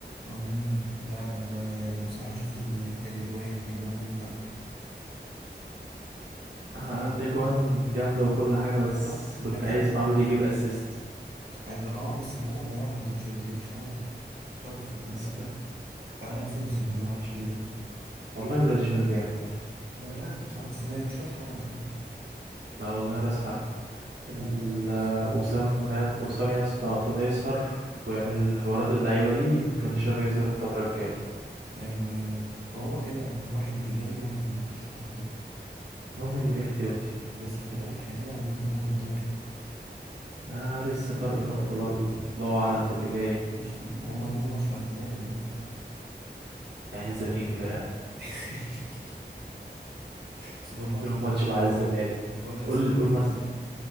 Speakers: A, on the right; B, on the right.
A: امم لا انا ما انا بصراحة شفت ال- الاجوان الاجوان جامدة اوي
B: آه
A: يعني
B: الاجوان جامده وكل حاجه بس
A: اه
B: كنت
A: الباكات
B: عايز
A: اللي
B: معلول يجيب اسيست
A: كنت عايز اه بس الولد ضيعها جريش- جريديشار شاطها في ال-
B: بس
A: في عالم سمسم اللي هو عايش فيه ده
B: والله جراديشار جامد
A: ما انا عارفه بصراحة بس ما مش راس حربة يعني
B: لا والله راس حربه
A: ما
B: ال-
A: ما بحسوش
B: وسام وسام يا اسطى ابتدى يسهر ويعمل حوارات اللعيبه دي جراديشار
A: مم.
B: هيظهر الفتره الجايه
A: ايوه ايوه هو كده واحد بيجلي واحد بيخش على طول
B: المهم ان في احتياطي
A: بس خلي بالك احنا كده ممكن ناخد الدوري
B: آه لسه فرق نقطة برضو الله
A: ماشي
B: أعلم باللي جاي
A: ماشي ما ما هم ليهم ماتش مع الزمالك بيراميدز
B: يعني الزمالك دي فرقة
A: <laughs> سوبر ماركت
B: لو ماتش
A: الاهلي
B: مع الزمالك
A: بقول لك
B: قول
A: سوبر ماركت
B: قول مس...
A: الاهلي